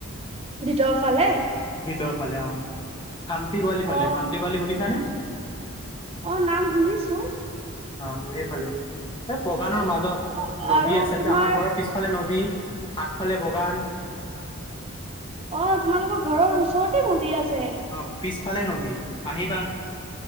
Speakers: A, on the right; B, on the left.
A: ভিতৰৰ ফালে।
B: ভিতৰৰ ফালে অ খান্তি গোৱালি ফালে
A: অ
B: খান্তি গোৱালি শুনি -
A: অ নাম শুনিছো।
B: অ এই ভালেই এই বগানৰ মাজত
A: অ
B: নদী
A: আৰু
B: আছে
A: তোমাৰ
B: আমাৰ ঘৰৰ পিছ - পিছফালে নদী আগফালে বাগান।
A: অ তোমালোকৰ ঘৰৰ ওচৰতে নদী আছে?
B: অ পিছফালে নদী, আহিবা।